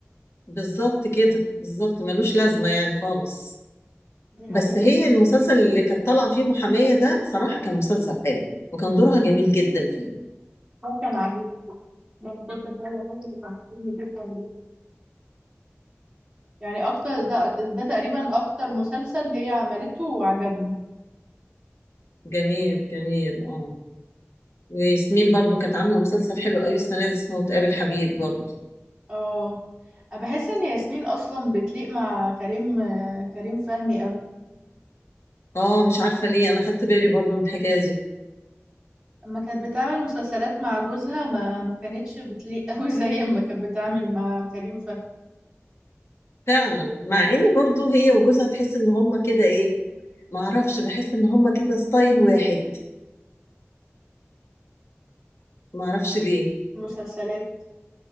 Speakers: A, on the left; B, on the right.
A: بالظبط كده بالظبط ملوش لازمة
B: مم،
A: يعني خالص
B: دي حقيقة
A: بس هي
B: ف
A: المسلسل اللي كانت طالعة فيه محامية ده بصراحة كان مسلسل حلو وكان دورها جميل جدا فيه
B: ده كان عاجبني ده المسلسل ده الوحيد اللي كان عاجبني جدا يعني اكتر ده ده تقريبا اكتر مسلسل هي عملته وعجبني
A: جميل جميل اه وياسمين برضو كانت عاملة مسلسل حلو قوي السنة دي اسمه تقابل حبيب برضو
B: اه انا بحس ان ياسمين اصلا بتليق مع كريم آه، كريم فهمي قوي
A: اه مش عارفة ليه انا خدت بالي برضو من الحكاية دي
B: اما كانت بتعمل مسلسلات مع جوزها ما ما كانتش بتليق <laughs> قوي زي ما كانت بتعمل مع كريم فهمي
A: فعلا مع ان برضو هي وجوزها تحس ان هما كده ايه معرفش بحس ان هما كده ستايل واحد ما اعرفش ليه
B: المسلسلات